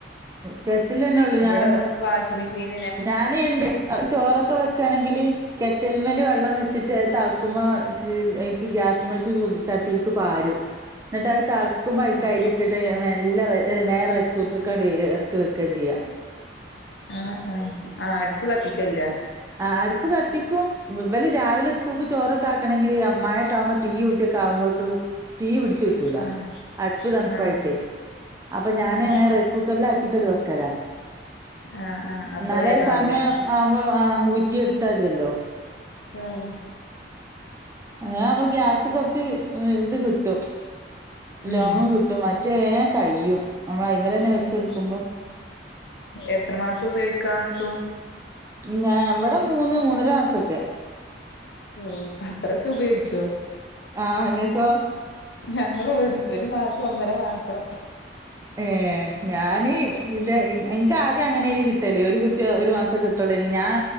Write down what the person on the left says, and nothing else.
ഇവിടെ
വാഷിംഗ് മെഷീൻ
ആഹ്
ആ ആ അടുപ്പ് കത്തിക്കൽ ഇല്ല
ആഹ്
ആഹ്
ആഹ്
ആഹ് ആഹ് അപ്പൊ
വേഗാവൂലേ
ആഹ്
ഉം
ഉം എത്ര മാസം ഉപയോഗിക്കാങ്ങിട്ടും
ഓ അത്രൊക്കെ ഉപയോഗിച്ചോ
ഞങ്ങൾ ഒരു മാസം ഒന്നര മാസം